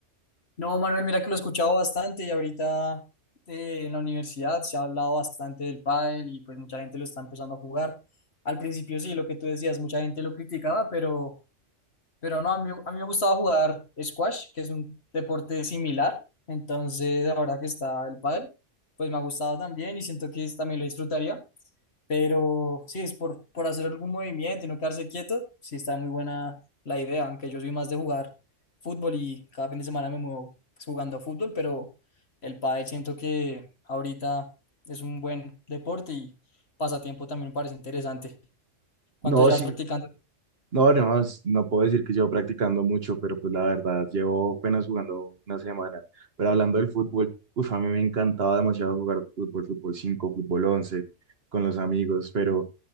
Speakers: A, on the left; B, on the right.
A: No, Manuel, mira que lo he escuchado bastante y ahorita eh, en la universidad se ha hablado bastante del pádel y pues mucha gente lo está empezando a jugar. Al principio sí, lo que tú decías, mucha gente lo criticaba, pero, pero no, a mí, a mí me gustaba jugar squash, que es un deporte similar. Entonces, ahora que está el pádel, pues me ha gustado también y siento que es- también lo disfrutaría. Pero sí, es por, por hacer algún movimiento y no quedarse quieto. Sí, está muy buena la idea, aunque yo soy más de jugar fútbol y cada fin de semana me muevo pues, jugando fútbol, pero el pádel siento que ahorita es un buen deporte y pasatiempo también me parece interesante. ¿Cuánto
B: No,
A: llevas
B: sí,
A: practicando?
B: No, no, es- no puedo decir que llevo practicando mucho, pero pues la verdad, llevo apenas jugando una semana. Pero hablando del fútbol, uff, a mí me encantaba demasiado jugar fútbol, fútbol cinco fútbol once con los amigos, pero